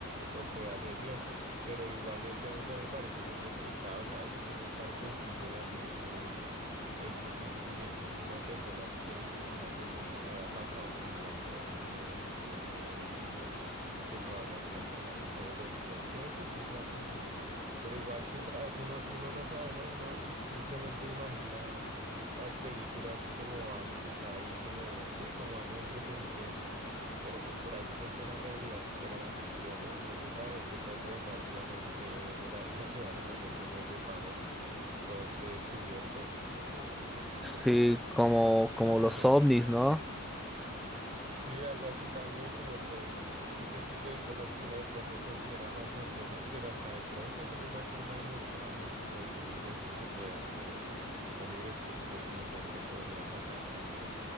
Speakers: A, on the right; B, in the centre.
A: lo puede hacer bien, pero igualmente a mí también me parece muy complicado, ¿sabes? Eso no es tan sencillo de hacer, eso es, es difícil y si existe una persona, sí tiene que ser una persona que haya pasado su vida entrenando desde muy niño y que todavía siga entrenando todos los días. Puede que sí sea posible, pero igual tú sabes, tú no, uno no sabe, ¿no? Uno simplemente imagina las películas como algo que está ahí, como, sí, como algo de entretenimiento. Pero pues por ahí dicen que la realidad supera la ficción, ¿no? No se sabe qué tal de verdad si hayan superhéroes de la vida <laughs> real y nosotros no sepamos y todo esté cubierto, no sé, oculto.
B: Sí, como,
A: <laughs>
B: como los ovnis, ¿no?
A: Sí, algo así también como todo este, este tipo de cosas que uno de pronto considera fantasiosas, pero hasta de pronto son una forma de mostrarnos como decir, mire, esto se puede hacer o, o mire, esto es posible, esto podría pasar también.